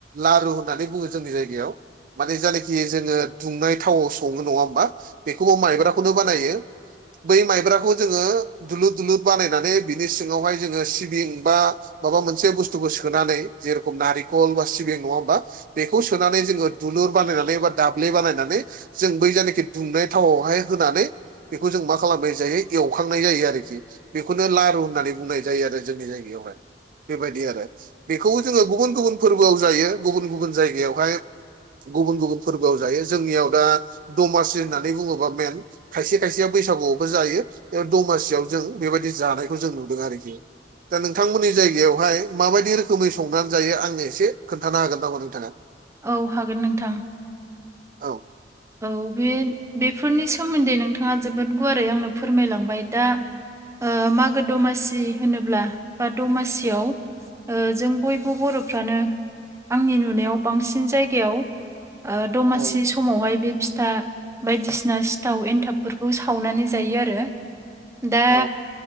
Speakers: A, on the right; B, on the right.
A: लारु होननानै बुङो। जोंनि जायगायाव माने जायनाखि जोङो दुंनाय थावाव सङो नङा होमबा? बेखौबो माइब्राखौनो बानायो बै माइब्राखौ जोङो दुलुर दुलुर बानायनानै बिनि सिङावहाय जोङो सिबिं बा माबा मोनसे बुस्थुखौ सोनानै जेरखम नारेंखल बा सिबिं नङा होमबा? बेखौ सोनानै जोङो दुलुर बानायनानै बा दाबले बानायनानै जों बै जानाखि दुंनाय थावआवहाय होनानै बेखौ जों मा खालामबाय जायो एवखांनाय जायो आरोखि। बेखौनो लारु होननानै बुंनाय जायो आरो जोंनि जायगायावहाय बेबायदि आरो। बेखौ जोङो गुबुन-गुबुन फोरबोआव जायो गुबुन-गुबुन जायगायावहाय। गुबुन-गुबुन फोरबोआव जायो जोंनियाव दा दमासि होननानै बुङोबा मेन। खायसे खायसेया बैसागुआवबो जायो दमासियाव जों बेबायदि जानायखौ जों नुदों आरोखि। दा नोंथांमोननि जायगायावहाय माबायदि रोखोमै संनानै जायो आंनो एसे खोन्थानो हागोन नामा नोंथाङा?
B: औ हागोन नोंथां।
A: औ
B: औ बे बेफोरनि सोमोन्दै नोंथाङा जोबोद गुवारै आंनो फोरमायलांबाय दा ओ-मागो दमासि होनोब्ला बा दमासियाव ओ-जों बयबो बर'फ्रानो आंनि नुनायाव बांसिन जायगायाव -' ओ-दमासि
A: औ
B: समावहाय। बे फिथा बायदिसिना सिथाव एन्थाबफोरखौ सावनानै जायो आरो। दा
A: औ